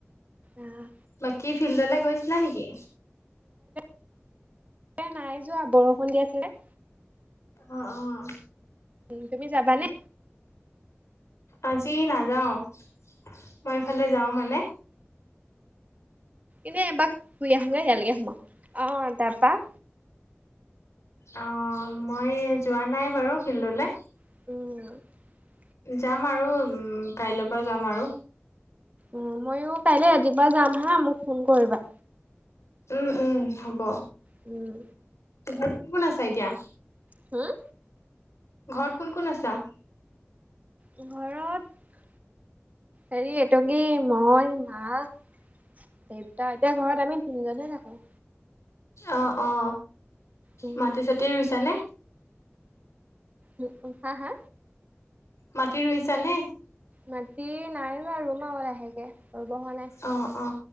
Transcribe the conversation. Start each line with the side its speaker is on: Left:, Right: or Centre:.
Right: আহ
Left: বাকী ফিল্ডলৈ গৈছিলা নেকি
Right: এহ নাই যোৱা, বৰষুণ দি আছিলে
Left: অহ অহ
Right: তুমি যাবানে?
Left: আজি নাযাওঁ মই এইফালে যাওঁ মানে
Right: এনেই এপাক ফুৰি আহোঁগৈ ইয়াৰ লৈকে অ, তাৰ পৰা
Left: অ মই যোৱা নাই বাৰু ফিল্ডলৈ
Right: উম
Left: যাম আৰু কাইলৈৰ পৰা যাম আৰু
Right: অ, ময়ো কাইলে ৰাতিপুৱা যাম হা মোক ফোন কৰিবা
Left: উম উম হব
Right: উম
Left: ঘৰত কোন কোন আছা এতিয়া?
Right: হমম
Left: ঘৰত কোন কোন আছা
Right: ঘৰত হেৰি এইটো কি মই মা দেউতা এতিয়া ঘৰত আমি তিনিজনে থাকোঁ
Left: অ, অ,
Right: উম
Left: মাটি চাতি ৰুইছানে?
Right: উ হা হা?
Left: মাটি ৰুইছা নে?
Right: মাটি নাই ৰুৱা ৰুম আৰু ‌লাহেকৈ ৰুব হোৱা নাই
Left: অ অ